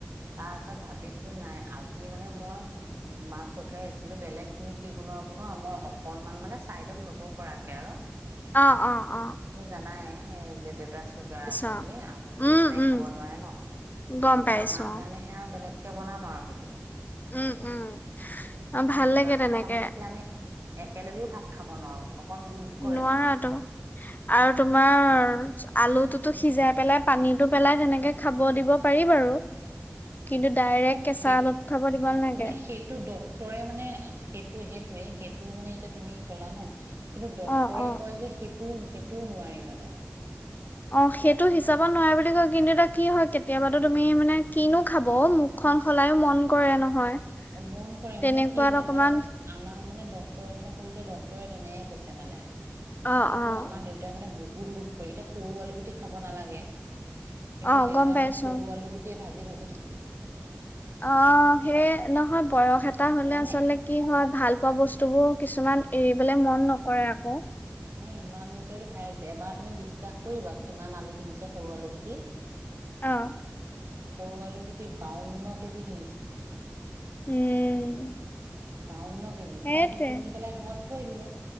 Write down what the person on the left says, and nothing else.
অঁ অঁ অঁ
অ',
উম,
উম,
গম
পাইছো
অ',
উম, উম, অ',
ভাল
লাগে
তেনেকে
নোৱাৰা তো আৰু তোমাৰ
আলুতো টো সিজাই পেলাই পানীটো পেলাই তেনেকে খাব দিব পাৰি বাৰু কিন্তু ডাইৰেক্ট
কেঁচা
আলুত খাব দিব নালাগে
অ', অ',
অ সেইটো হিচাপত নোৱাৰে বুলি কয় কিন্তু এয়া কি হয় কেতিয়াবাতো তুমি মানে কিনো খাব মুখখন সলায়ো মন কৰে নহয়
তেনেকুৱাত
অকমান
অ',
অ',
অ',
গম পাইছো
অ সেই নহয় বয়স এটা হলে
আচলতে কি হয় ভাল পোৱা বস্তুবোৰ কিছুমান এৰিবলে মন ন কৰে আকৌ
অ',
উম
সেইটোৱে